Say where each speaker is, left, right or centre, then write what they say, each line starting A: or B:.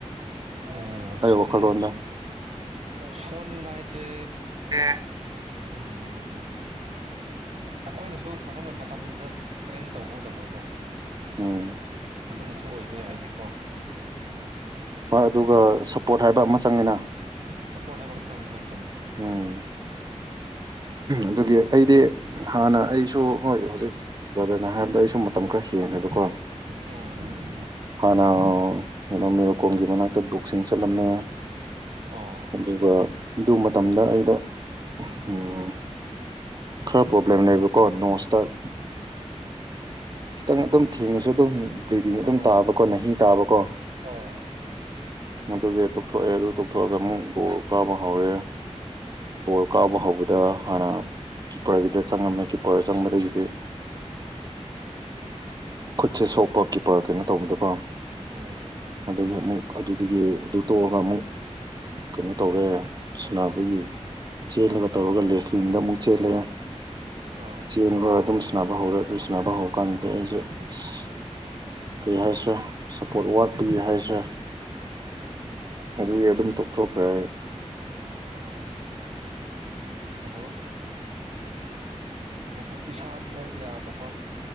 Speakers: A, on the right; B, on the right.
A: ꯎꯝ
B: ꯑꯩ
A: ꯁꯣꯟ
B: ꯋꯥꯈꯜꯂꯣꯟꯗ
A: ꯁꯣꯟꯕ ꯍꯥꯏꯁꯦ
B: <unintelligible>
A: ꯎꯝ ꯑꯈꯣꯏꯅꯁꯨ ꯐꯖꯅ ꯃꯇꯝꯗ ꯇ꯭ꯔꯦꯟ ꯇꯧꯍꯧꯗꯕꯀꯣ
B: ꯎꯝ
A: ꯑꯗꯨꯅꯁꯨ ꯑꯣꯏꯕ ꯌꯥꯏꯅꯦꯀꯣ
B: ꯍꯣꯏ ꯑꯗꯨꯒ ꯁꯞꯄꯣꯔꯠ ꯍꯥꯏꯕ ꯑꯃ ꯆꯪꯉꯤꯅ
A: ꯁꯞꯄꯣꯔꯠ ꯍꯥꯏꯕ ꯑꯃ ꯆꯪꯉꯦ ꯍꯣꯏ ꯆꯨꯝꯃꯦ
B: ꯎꯝ ꯑꯗꯨꯒꯤ
A: ꯎꯝ
B: ꯑꯩꯗꯤ ꯍꯥꯟꯅ ꯑꯩ ꯑꯩꯁꯨ ꯍꯣꯏ ꯍꯧꯖꯤꯛ ꯕ꯭ꯔꯗꯔꯅ ꯍꯥꯏꯔꯕꯗ ꯑꯩꯁꯨ ꯃꯇꯝ ꯈꯔ ꯍꯦꯜꯂꯦꯕꯀꯣ
A: ꯎꯝ
B: ꯍꯥꯟꯅ ꯃꯦꯗꯥꯝ ꯃꯦꯔꯣ ꯀꯣꯝꯒꯤ ꯃꯅꯥꯛꯇ ꯕꯣꯛꯁꯤꯡ ꯆꯠꯂꯝꯃꯦ
A: ꯑꯣ
B: ꯑꯗꯨꯒ ꯑꯗꯨ ꯃꯇꯝꯗ ꯑꯩꯗꯣ ꯎꯝ ꯈꯔ ꯄ꯭ꯔꯣꯕ꯭ꯂꯦꯝ ꯂꯩꯕꯀꯣ ꯅꯃꯣꯁꯇꯥꯔ ꯈꯤꯇꯪ ꯑꯗꯨꯝ ꯊꯦꯡꯉꯁꯨ ꯑꯗꯨꯝ ꯕ꯭ꯂꯤꯗꯤꯡ
A: ꯑꯣ
B: ꯑꯗꯨꯝ ꯇꯥꯕꯀꯣ ꯅꯍꯤ ꯇꯥꯕꯀꯣ
A: ꯑꯣ
B: ꯑꯗꯨꯒꯤ ꯇꯣꯛꯊꯣꯛꯑꯦ ꯑꯗꯨ ꯇꯣꯛꯊꯣꯛꯑꯒ ꯑꯃꯨꯛ ꯕꯣꯜ ꯀꯥꯎꯕ ꯍꯧꯔꯦ ꯕꯣꯜ ꯀꯥꯎꯕ ꯍꯧꯕꯗ ꯍꯥꯟꯅ ꯀꯤꯞꯄꯔꯒꯤꯗ ꯆꯪꯉꯝꯃꯦ ꯀꯤꯞꯄꯔ ꯆꯪꯕꯗꯒꯤꯗꯤ ꯈꯨꯠꯁꯦ ꯁꯣꯛꯄ ꯀꯤꯞꯄꯔ ꯀꯩꯅꯣ ꯇꯧꯕꯗꯀꯣ
A: ꯎꯝ
B: ꯑꯗꯨꯒꯤ ꯑꯃꯨꯛ ꯑꯗꯨꯗꯒꯤ ꯑꯗꯨ ꯇꯣꯛꯑꯒ ꯑꯃꯨꯛ ꯀꯩꯅꯣ ꯇꯧꯔꯦ ꯁꯥꯟꯅꯕꯒꯤ ꯆꯦꯜꯂꯒ ꯇꯧꯔꯒ ꯂꯦꯗ ꯑꯃꯨꯛ ꯆꯦꯜꯂꯦ
A: ꯑꯧ
B: ꯆꯦꯟꯒ ꯑꯗꯨꯝ ꯁꯥꯟꯅꯕ ꯍꯧꯔꯦ ꯑꯗꯨ ꯁꯥꯟꯅꯕ ꯍꯧꯕꯀꯥꯟꯗ ꯑꯩꯁꯦ ꯑꯁ ꯀꯩ ꯍꯥꯏꯁꯤꯔ ꯁꯄꯣꯔꯠ ꯋꯥꯠꯄꯩ ꯍꯥꯏꯁꯤꯔ ꯑꯗꯨꯗꯤ ꯑꯗꯨꯝ ꯇꯣꯛꯊꯣꯛꯈ꯭ꯔꯦ
A: ꯑꯣ ꯑꯗꯣ ꯑꯗꯨ ꯏꯁꯥꯗ ꯌꯥꯗꯕ